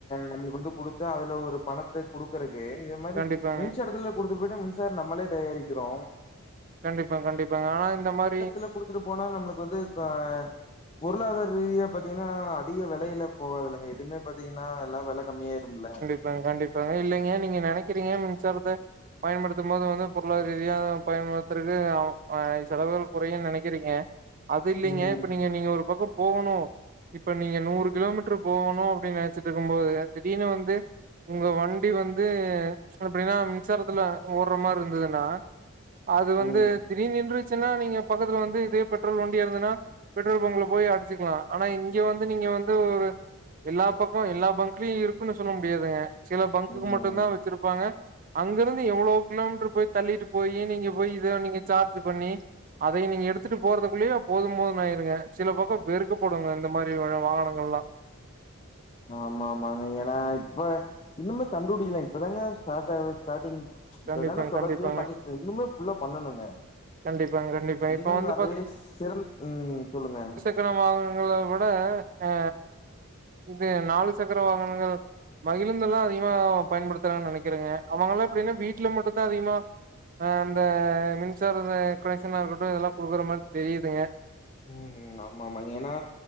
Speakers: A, on the left (about 25°); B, on the right (about 40°).
A: நம்மளுக்கு வந்து குடுத்த அதுல ஒரு பணத்த குடுக்குறக்கு இந்த மாரி
B: கண்டிப்பாங்க
A: மின்சாரத்துல கொடுத்துட்டு போய்ட்ட மின்சாரம் நம்மளே தயாரிக்கிறோ
B: கண்டிப்பா கண்டிப்பாங்க ஆனா இந்த மாரி
A: ல குடுத்துட்டு போனா நம்ளுக்கு வந்து கா பொருளாதார ரீதியா பாத்தீங்கன்னா அதிக வெலைல போகாதில்லங்க எதுமே ப்ப பாத்தீங்கன்னா எல்லா வெல கம்மியாய்ரும்ல
B: அ கண்டிப்பாங்க இல்லிங்க நீங்க நெனைக்கிறீங்க மின்சாரத்த பயன்படுத்தும் போது வந்து பொருளாதார ரீதியா பயன்படுத்துறது அவ் செலவுகள் கொறையுன் நெனைக்கிறீங்க அது இல்லிங்க
A: ம்
B: இப்ப நீங்க நீங்க ஒரு பக்க போகணு இப்ப நீங்க நூறு கிலோமீட்டர் போகணு அப்டின் நெனைச்சிட்டுருக்கும்போது திடீர்னு வந்து உங்க வண்டி வந்து எப்டின்னா மின்சாரத்துல ஓட்ற மாரி இருந்ததுன்னா அது வந்து
A: ம்
B: திடீர்னு நின்றுச்சின்னா நீங்க பக்கத்துல வந்து இதே பெட்ரோல் வண்டியா இருந்ததுன்னா பெட்ரோல் பங்க்ல போய் அடிச்சுக்கலா ஆனா இங்க வந்து நீங்க வந்து ஒரு எல்லா பக் கோ எல்லா பங்க்லயு இருக்குன்னு சொல்ல முடியாதுங்க சில பங்குக்கு
A: ம்
B: மட்டுதா வச்சிருப்பாங்க அங்கருந்து எவ்ளோ கிலோமீட்டரு போய் தள்ளிட்டுப்போயி நீங்க போய் இதோ நீங்க சார்ஜ் பண்ணி அதை நீங்க எடுத்துட்டு போறதுக்குள்ளயே போது போது ஆயிருங்க சில பக்க வெறுக்கப்படுங்க இந்த மாரி வ வாகனங்கள்லா
A: ஆமா ஆமாங்க ஏன்னா இப்ப இன்னுமே கண்டுப்புடிக்கலங்க இப்பதாங்க ஸ்டார்ட்டாகுது ஸ்டார்டிங் இப்பதான
B: கண்டிப்பாங்க
A: தொடர்ச்சியா
B: கண்டிப்பாங்க
A: பண்ணிட்டு இன்னுமே ஃபுல்லா பண்ணணுங்க
B: கண்டிப்பாங்க கண்டிப்பா
A: இங்கதாங்க
B: இப்ப வந்து
A: அதுயே சேம் ம் சொல்லுங்க
B: பிற வாகனங்கள விட ஆ இது நாலு சக்கர வாகனங்கள் மகிழுந்தெல்லா அதிகமா பயன்படுத்றான் நெனைக்கிறேங்க அவங்கல்லா எப்டின்னா வீட்ல மட்டுதா அதிகமா ஆ அந்த மின்சார இந்த கனெக்ஷனா இருக்கட்டு இதெல்லா குடுக்குற மாரி தெரிதுங்க
A: ம் ம் ஆமா ஆமா ஏன்னா